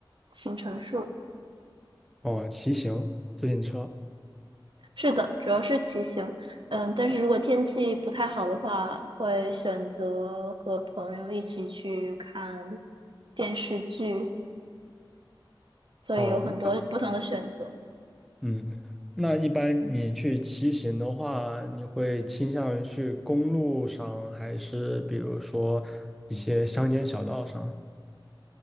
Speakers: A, on the right (about 70°); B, in the centre.
A: 行程数。
B: 哦，骑行、自行车。
A: 是的，主要是骑行。嗯，但是如果天气不太好的话，会选择和朋友一起去看电视剧，所以有很多不同的选择。
B: 哦，那嗯，那一般你去骑行的话，你会倾向于去公路上，还是比如说一些乡间小道上？